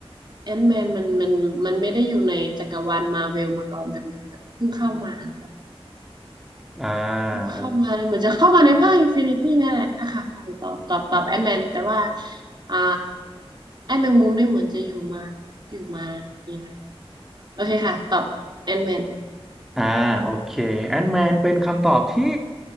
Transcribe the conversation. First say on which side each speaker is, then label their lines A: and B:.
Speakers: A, on the right; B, in the centre.
A: แอนแมนมันมันมันไม่ได้อยู่ในจักรวาลมาเวลมาก่อนแต่เหมือนแบบเพิ่งเข้ามาหรือเปล่า
B: อ่าโอ
A: เข้ามาเนี่ยเหมือนจะเข้ามาในภาคอินฟินิตี้นี่แหละนะคะค่ะหนูตอบตอบตอบแอนแมนแต่ว่าอ่าแอนแมงมุมนี่เหมือนจะอยู่มาอยู่มานี่แหละโอเคค่ะตอบแอนแมน
B: อ่าโอเคแอนแมนเป็นคำตอบที่